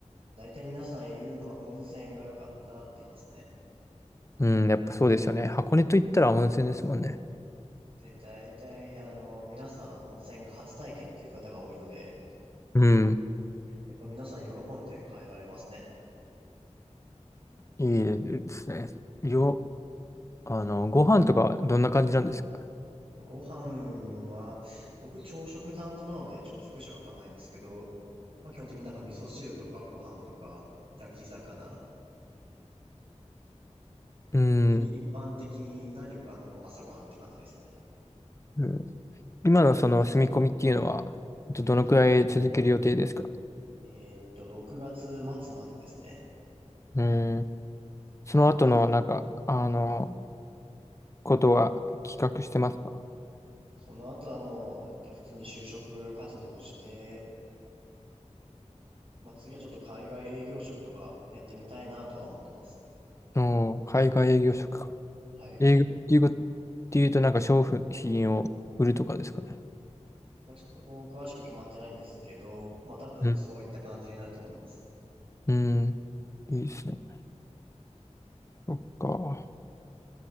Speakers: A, on the right (about 50°); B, on the left (about 25°).
A: 大体皆さん言うのは温泉が良かったって言いますね。
B: うん、やっぱそうですよね。箱根といったら温泉ですもんね。
A: で、大体あの、皆さん温泉が初体験っていう方が多いので、
B: うん。
A: やっぱ皆さん喜んで変えられますね。
B: いいですね。よ、あの、ご飯とかはどんな感じなんですか
A: ご飯は、僕朝食担当なので朝食しかわかんないんですけど、まあ、基本的になんか味噌汁とかご飯とか焼き魚。
B: うん。
A: 本当に一般的な旅館の朝ごはんって感じですね。
B: うん今のその住み込みっていうのは、どどのくらい続ける予定ですか
A: えーっと、6月末までですね。
B: うん。その後の、なんか、あの、ことは企画してますか
A: その後はもう、えっと、普通に就職活動をして、まあ、次はちょっと海外営業職とかやってみたいなとは思ってます。
B: うん海外営業職か。
A: はい。
B: 営業っていうこと、っていうと、なんか商品を売るとかですかね。
A: まあ、ちょっとそこ詳しく決まってないんですけど、まあ、多分そういった感じになると思います。
B: うん。うん。いいですね。そっか。